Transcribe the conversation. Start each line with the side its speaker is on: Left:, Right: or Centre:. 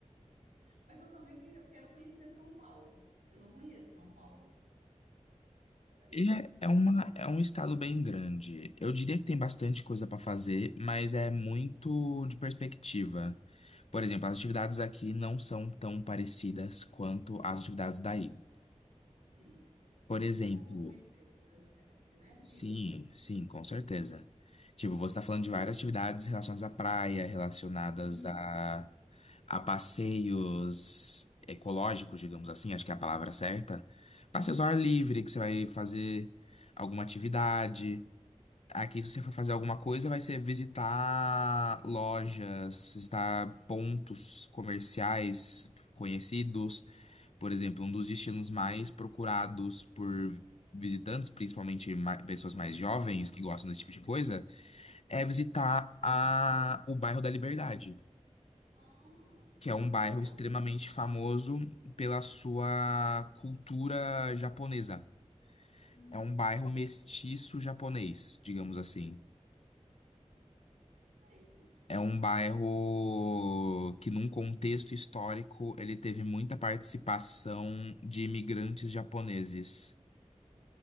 Right: Mas eu também queria, quero conhecer São Paulo. Eu não conheço São Paulo. Peraí,
Left: E é, é, uma,
Right: também,
Left: é um estado bem grande. Eu diria que tem bastante coisa para fazer, mas é muito de perspectiva. Por exemplo, as atividades aqui não são tão parecidas quanto as atividades daí.
Right: sim.
Left: Por exemplo,
Right: Mas é bom conhecer coisas diferentes, né?
Left: Sim,
Right: Diga.
Left: sim, com certeza. Tipo, você tá falando de várias atividades relacionadas à praia, relacionadas
Right: Uhum,
Left: a, a passeios ecológicos, digamos assim, acho que é a palavra certa. Passeios ao ar livre,
Right: sim,
Left: que você vai fazer alguma atividade. Aqui, se você for fazer alguma coisa, vai ser visitar lojas, visitar pontos comerciais conhecidos. Por exemplo, um dos destinos mais procurados por visitantes, principalmente ma- pessoas mais jovens que gostam desse tipo de coisa, é
Right: sim.
Left: visitar a, o bairro da Liberdade,
Right: Ah, muito
Left: que é um bairro
Right: famoso.
Left: extremamente famoso pela sua cultura japonesa.
Right: Hum,
Left: É um bairro
Right: gosto.
Left: mestiço japonês, digamos assim.
Right: Gostei, viu?
Left: É um bairro que, num contexto histórico, ele teve muita participação de imigrantes japoneses.